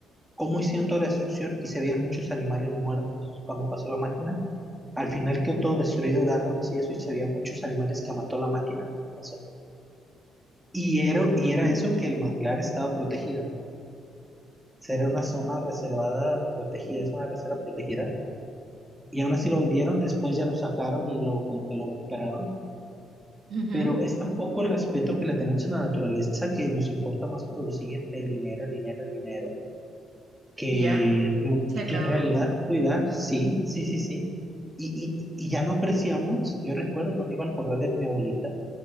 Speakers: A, in the centre; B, on the right (about 60°).
A: cómo hicieron toda la destrucción y se veían muchos animales muertos cuando pasó la máquina. Al final quedó todo destruido de árboles y eso y se veía muchos animales que mató la máquina cuando pasó. Y era, y era eso que el manglar estaba protegida. O sea, Era una zona reservada protegida, es una reserva protegida y aún así lo vendieron, después ya lo sacaron y lo como que lo recuperaron.
B: Ujú.
A: Pero es tampoco el respeto que le tenemos a la naturaleza que nos importa más producir el dinero, el dinero, el dinero, que,
B: Y ya,
A: en re-
B: se acabó.
A: que en realidad cuidar, sí, sí, sí, sí. Y, y, y ya no apreciamos, yo recuerdo cuando iba al corral de mi abuelita,